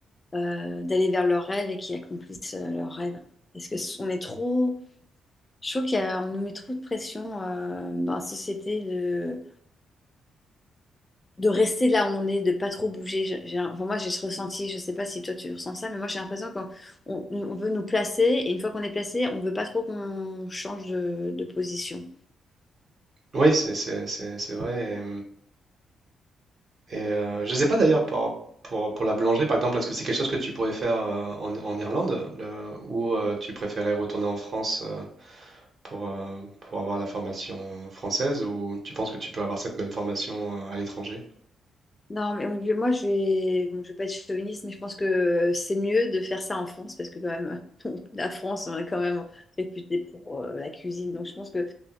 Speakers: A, on the left; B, on the right.
A: euh, d'aller vers leurs rêves et qui accomplissent euh, leurs rêves. Parce que s- on est trop, Je trouve qu'on nous met trop de pression euh, dans la société de, de rester là où on est, de pas trop bouger. J'ai- j'ai enfin, moi, j'ai ce ressenti, je sais pas si toi tu ressens ça, mais moi j'ai l'impression qu'on on- on veut nous placer et une fois qu'on est placé, on veut pas trop qu'on change de, de position.
B: Oui, c'est c'est- c'est- c'est vrai. Et, et, euh, je ne sais pas d'ailleurs pour, pour, pour la boulangerie, par exemple, est-ce que c'est quelque chose que tu pourrais faire euh, en, en Irlande le- ou euh, tu préférais retourner en France euh, pour, euh, pour avoir la formation française ou tu penses que tu peux avoir cette même formation euh, à l'étranger?
A: Non, mais moi je moi, je vais, bon, je vais pas être chauviniste, mais je pense que c'est mieux de faire ça en France parce que quand même, <laughs> la France, on est quand même réputé pour euh, la cuisine. Donc je pense que